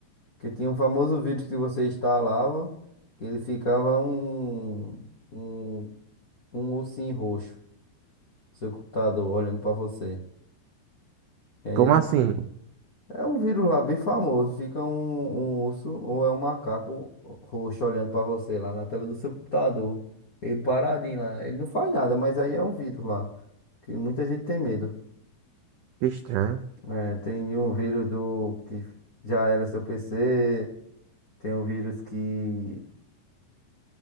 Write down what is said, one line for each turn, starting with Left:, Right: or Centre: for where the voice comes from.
Left: Porque tinha um famoso vírus que você instalava, que ele ficava um, um, um ursinho roxo. seu computador olhando pra você. E aí
Right: Como
Left: era,
Right: assim?
Left: é um vírus lá bem famoso. Fica um, um urso ou é um macaco roxo olhando pra você lá na tela do seu computador. Ele paradinho lá. Ele não faz nada, mas aí é um vírus lá. Que muita gente tem medo.
Right: Que estranho.
Left: É, tem um vírus do que já era seu PC. Tem um vírus que.